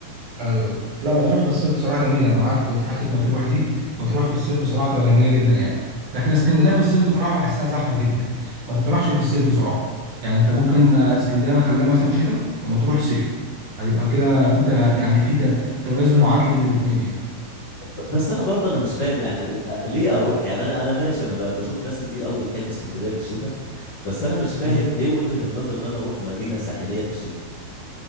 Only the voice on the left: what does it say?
ب- بس انا برضه انا مش فاهم يعني إيه- ليه اروح يعني انا انا ماشي انا ب- بشوف ناس كتير قوي بتحب اسكندريه في الشتاء بس انا مش فاهم
ايه وجهة النظر ان انا اروح مدينه ساحليه في الشتاء